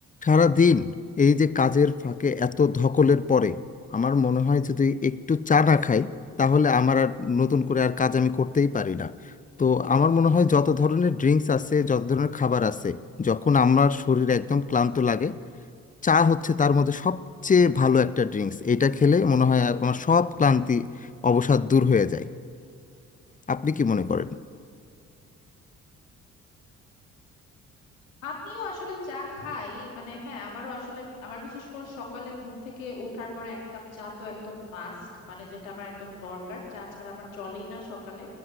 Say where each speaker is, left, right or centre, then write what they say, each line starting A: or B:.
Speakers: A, on the left (about 20°); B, on the left (about 80°).
A: সারাদিন এই যে কাজের ফাঁকে এত ধকলের পরে আমার মনে হয় যদি একটু চা না খাই তাহলে আমার আর নতুন করে আর কাজ আমি করতেই পারি না তো আমার মনে হয় যত ধরনের ড্রিঙ্কস আছে যত ধরনের খাবার আছে যখন আমার শরীর একদম ক্লান্ত লাগে চা হচ্ছে তার মধ্যে সবচেয়ে ভালো একটা ড্রিঙ্কস এটা খেলে মনে হয় আমার সব ক্লান্তি অবসাদ দূর হয়ে যায় আপনি কি মনে করেন
B: আমিও আসলে চা খাই মানে হ্যাঁ আমারও আসলে আমার বিশেষ করে সকালে ঘুম থেকে ওঠার পরে এক কাপ চা তো একদম মাস্ট মানে যেটা আমার একদম দরকার চা ছাড়া আমার চলেই না সকালে